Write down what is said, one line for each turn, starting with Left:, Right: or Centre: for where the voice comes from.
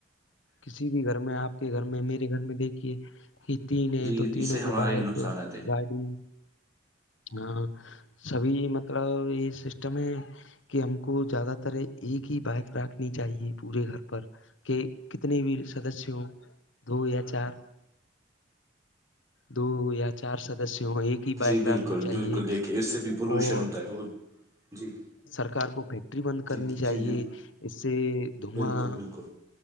Left: کسی بھی گھر میں آپ کے گھر میں میرے گھر میں دیکھیے یہ تین ہے
Right: جی
Left: تو تینوں
Right: اس سے ہمارے
Left: پہ بائک
Right: ہی نقصانات ہیں
Left: گاڑی ہاں سبھی مطلب یہ سسٹم ہے کہ ہم کو زیادہ تر ایک ہی بائیک رکھنی چاہیے پورے گھر پر کہ کتنے بھی سدسیہ ہوں دو یا چار دو یا چار سدسیوں ایک ہی بائک
Right: جی بالکل
Left: رکھنی چاہیے
Right: بالکل دیکھیے اس سے بھی پولوشن
Left: اور
Right: ہوتا ہے بہت جی
Left: سرکار کو فیکٹری بند
Right: جی
Left: کرنی
Right: جی
Left: چاہیے
Right: جی
Left: اس سے دھواں
Right: بالکل بالکل